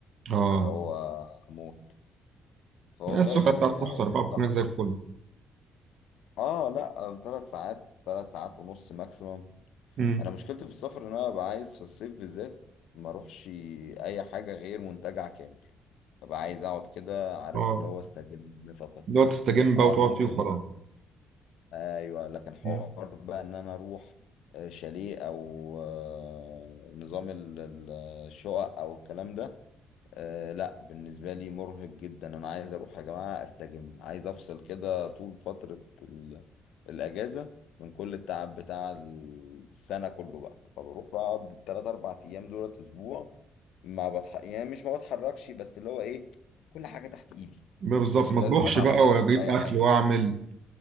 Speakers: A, on the left (about 80°); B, on the right (about 60°).
A: فاللي
B: اه
A: هو موت فوالله
B: السوق بتاعت نص
A: هو
B: اربعة
A: حد
B: بتكون
A: صاحبي
B: هناك زي الفل
A: اه لا ثلاث ساعات ثلاث ساعات ونص ماكسيمم
B: امم
A: أنا مشكلتي في السفر إن أنا ببقى عايز في الصيف بالذات ما اروحش أي حاجة غير منتجع كامل ببقى عايز أقعد كده عارف
B: اه
A: اللي هو استجم فقط
B: اللي هو تستجم بقى
A: اه
B: وتقعد
A: ممكن
B: فيه وخلاص
A: ايوه لكن حوار
B: مم.
A: بقى ان انا اروح آه، شاليه او آه، نظام ال- ال- الشقق او الكلام ده آه، لا بالنسبه لي مرهق جدا انا عايز اروح يا جماعه استجم عايز افصل كده طول فتره ال- الاجازه من كل التعب بتاع السنه كله بقى فبروح بقى اقعد الثلاث اربع ايام دولت اسبوع ما بتح... يعني مش ما بتحركش بس اللي هو ايه كل حاجه تحت ايدي
B: بالظبط
A: مش
B: ما
A: لازم
B: اطبخش
A: اتعب
B: بقى
A: عشان
B: ولا
A: اعمل
B: اجيب
A: اي
B: اكل
A: حاجه
B: واعمل